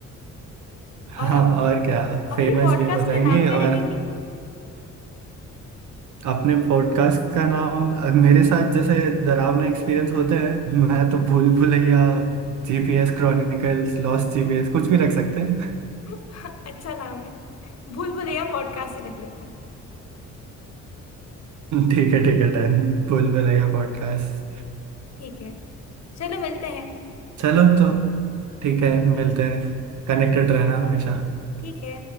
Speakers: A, on the right; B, on the left.
A: <laughs> हाँ
B: और
A: और क्या
B: अपने
A: फेमस
B: पॉडकास्ट
A: भी हो जाएंगे
B: का नाम क्या
A: और
B: रखेंगे
A: अपने पॉडकास्ट का नाम मेरे साथ जैसे डरावना एक्सपीरियंस होते हैं मैं तो भूल भुलैया जीपीएस क्रॉनिकल्स लॉस्ट जीपीएस कुछ भी रख सकते हैं <laughs>
B: <laughs> अच्छा नाम है भूल भुलैया पॉडकास्ट ही रख लेते हैं
A: ठीक है ठीक है डन भूल भुलैया पॉडकास्ट
B: ठीक है चलो मिलते हैं
A: चलो तो ठीक है मिलते
B: ठीक है
A: हैं कनेक्टेड रहना हमेशा
B: ठीक है